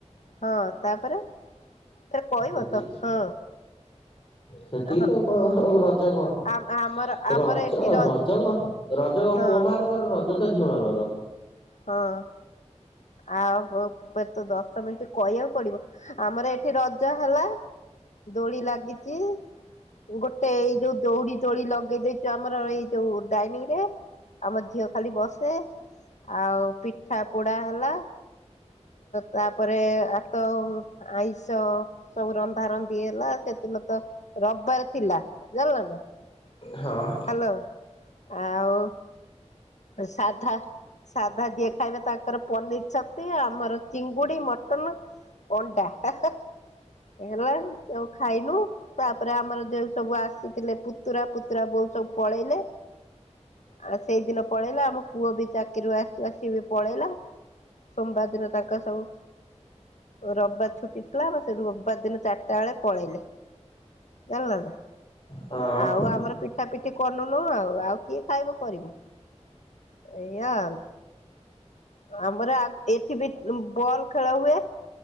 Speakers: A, on the left (about 80°); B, on the left (about 45°).
A: ହଁ ତାପରେ ଫେର କହିବ
B: ଏତିକି
A: ତ ହଁ।
B: ସେତିକି
A: ହଁ
B: ତ ଆଉ କଣ ଆଉ ରଜ କଣ?
A: ଆ ଆମର ଆମର
B: ରଜ
A: ଏଠି ର
B: ରଜ କ ରଜ କଣ
A: ହଁ
B: ପୁଅ ମାନଙ୍କର ରଜ ତ ଝିଅ ମାନଙ୍କର।
A: ହଁ ଆଉ ପ ପେର ତ ଦଶ ମିନିଟ କହିବାକୁ ପଡିବ ଆମର ଏଠି ରଜ ହେଲା ଦୋଳି ଲାଗିଚି ଗୋଟେ ଏଇ ଯୋଉ ଦଉଡି ଦୋଳି ଲଗେଇ ଦେଇଚୁ ଆମର ଏଇ ଯୋଉ ଡାଇନିଂ ରେ ଆମର ଝିଅ ଖାଲି ବସେ ଆଉ ପିଠା ପୋଡା ହେଲା ତାପରେ ଆ ତ ଆଇଁଷ ସବୁ ରନ୍ଧାରନ୍ଧି ହେଲା ସେ ଦିନ ତ ରବିବାର ଥିଲା ଜାଣିଲ ନା।
B: ହଁ।
A: ହ୍ୟାଲୋ ଆଉ ସାଧା ସାଧା ଯିଏ ଖାଇବେ ତା ଙ୍କର ପନିର, ଛତି ଆମର ଚିଙ୍ଗୁଡି, ମଟନ, ଅଣ୍ଡା ହେ-ହେ ହେଇଗଲା ଯୋଉ ଖାଇନୁ ତାପରେ ଆମର ଯୋଉ ସବୁ ଆସିଥିଲେ ପୁତୁରା ପୁତୁରା ବୋଉ ସବୁ ପଳେଇଲେ ଆଉ ସେଇଦିନ ପଳେଇଲା ଆମ ପୁଅ ବି ଚାକିରୀରୁ ଆସ ଆସ ବି ପଳେଇଲା। ସୋମବାର ଦିନ ତାଙ୍କର ସବୁ ରବିବାର ଛୁଟି ଥିଲା ବା ସେ ରବିବାର ଦିନ ଚାରିଟା ବେଳେ ପଳେଇଲେ। ଜାଣିଲ ନା।
B: ହଁ।
A: ଆଉ ଆମର ପିଠା ପିଠି କଲୁନୁ ଆଉ ଆଉ କିଏ ଖାଇବା କରିମୁ ଏଇଆ ଆଉ। ଆମର ଆ ଏଠି ବି ବଲ ଖେଳ ହୁଏ।